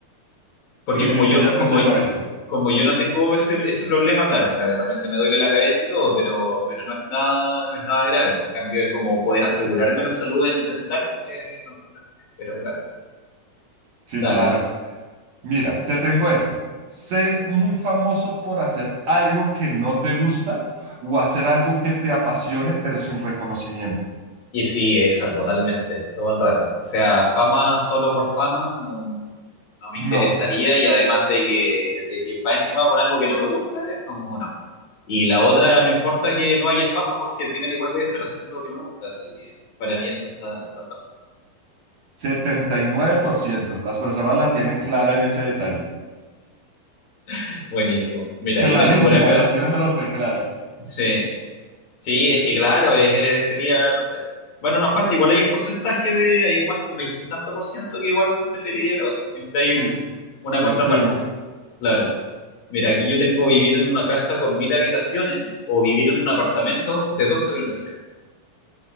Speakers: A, on the left; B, on the right.
A: porque
B: sí,
A: como
B: sí, sí,
A: yo,
B: yo prefiero
A: como,
B: eso.
A: como yo no tengo ese, ese problema, claro, o sea, de repente me duele la cabeza y todo, pero, pero no es nada, no es nada grave. En cambio, como poder asegurarme la salud en- dental, eh, no importa. Pero claro,
B: Sí,
A: dale,
B: claro.
A: no.
B: Mira, te tengo esta. Ser muy famoso por hacer algo que no te gusta o hacer algo que te apasione pero sin reconocimiento.
A: Y sí, esa, totalmente, todo el rato. O sea, fama solo por fama no, no me
B: No,
A: interesaría y además de que, de que va encima con algo que no me gusta, es como no. Y la otra, no importa que no haya fama porque al final igual voy a estar haciendo lo que me gusta, así que para mí eso está, está fácil.
B: setenta y nueve por ciento Las personas la tienen clara en ese detalle.
A: <laughs> Buenísimo. Mira,
B: Clarísima,
A: yo tengo por acá.
B: las tienen pero reclara.
A: Sí, sí, es que claro, es- es- sería, no sé. Bueno, nos falta, igual hay un porcentaje de, hay un cuánto, un veintitanto por ciento que igual preferiría la otra. Siempre hay
B: Sí,
A: un, una
B: veintiuno
A: contraparte. Claro. Mira, aquí yo tengo vivir en una casa con mil habitaciones o vivir en un apartamento de dos habitaciones.